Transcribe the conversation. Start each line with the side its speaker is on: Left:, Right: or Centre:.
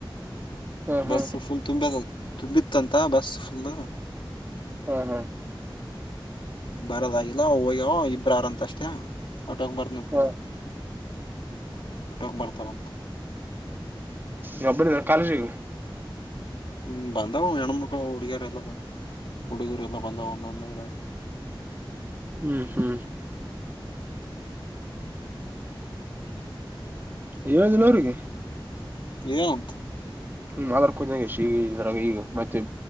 Right: ಹಾ ಹಾ
Left: ಬಸ್ಸ ಫುಲ್ ತುಂಬ್ಯದಂತ ತುಂಬಿತ್ತಂತ ಬಸ್ ಫುಲ್
Right: ಹಾ ಹಾ
Left: ಬರೋದಾಗಿಲ್ಲ ಹೋಗ್ಯವ ಇಬ್ಬ್ರ ಯಾರಂತ ಅಷ್ಟೇ ಆಟೋೋಗ ಬರ್ತನಕಂಗ
Right: ಹಾ
Left: ಅಟಕ್ ಬರ್ತಂಥ
Right: ಯಾಬ್ಬ ಕಾಕಲಿಲ
Left: ಹ್ಮ್ ಬಂದವ ಹೆಣಮಕ ಹುಡುಗಿಯಾರ ಎಲ್ಲ ಬಂದ ಹುಡುಗಿಯರೆ ಎಲ್ಲ ಬಂದ ಒಂದ ಒಂದರ
Right: ಹ್ಮ್ ಹ್ಮ್ ಏಳ ದಿನವರಿಗೆ
Left: ಯೆನ್ ಅಂತ
Right: ಹ್ಮ ಮಾ ಕು ಈಗ ಈಗ ಮತ್ತೆ